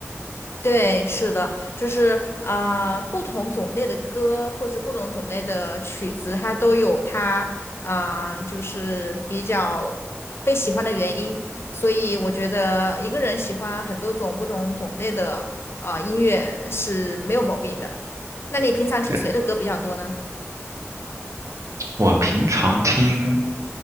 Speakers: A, on the left; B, on the right.
A: 对，是的，就是啊、呃不同种类的歌或者是不同种类的曲子，它都有它啊、呃就是比较被喜欢的原因。所以我觉得一个人喜欢很多种不同种类的啊、呃音乐是没有毛病的。那你平常听谁的歌比较多呢？
B: 对。我平常听，